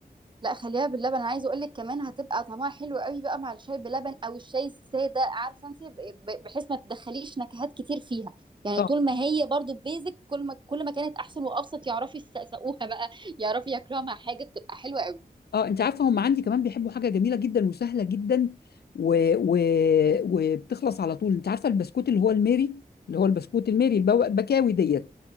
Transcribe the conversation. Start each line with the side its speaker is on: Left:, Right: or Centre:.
Right: لا خليها باللبن انا عايزه اقول لك كمان هتبقى طعمها حلو قوي بقى مع الشاي بلبن او الشاي الساده عارفه انت ب- ب- بحيث ما تدخليش نكهات كتير فيها يعني
Left: اه
Right: طول ما هي برضو بيزك كل ما كل ما كانت احسن وابسط يعرفوا يسقسقوها بقى يعرفوا ياكلوها مع حاجه بتبقى حلوه قوي
Left: اه انت عارفه هم عندي كمان بيحبوا حاجه جميله جدا وسهله جدا و... و... وبتخلص على طول انت عارفه البسكوت اللي هو الميري اللي هو البسكوت الميري البو- البكاوي ديت